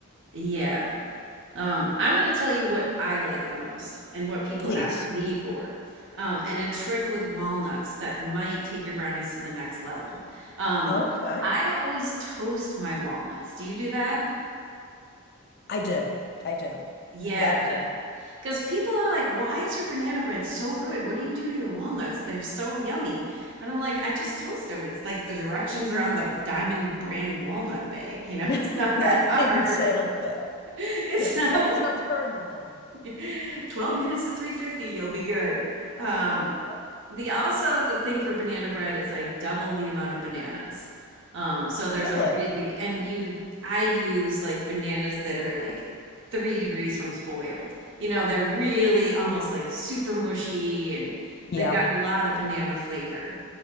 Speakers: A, on the right; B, on the left.
A: Yeah. Um, I'm going to tell you what I like the most and what people
B: Please.
A: ask me for. Um, and a trick with walnuts that might take your brownies to the next level. Um,
B: Okay.
A: I always toast my walnuts. Do you do that?
B: I do. I do.
A: Yeah,
B: You got to do
A: because people are like, why is your banana bread so good? What do you do to your walnuts? They're so yummy. And I'm like, I just toast them. It's like the directions are on the Diamond brand walnut bag. You know,
B: it.
A: <laughs> it's
B: <laughs>
A: not that hard.
B: They even say it
A: <laughs>
B: on the bag.
A: It's
B: The
A: not,
B: trick is not to burn them, though.
A: <laughs> 12 minutes at 350, you'll be good. Um,
B: Okay.
A: the also the thing for banana bread is I double the amount of bananas. Um, so there's
B: Really?
A: a really and you I use like bananas that are like three degrees from spoiled. You know, they're really almost like super mushy and
B: Yeah.
A: they've got a lot of banana flavor.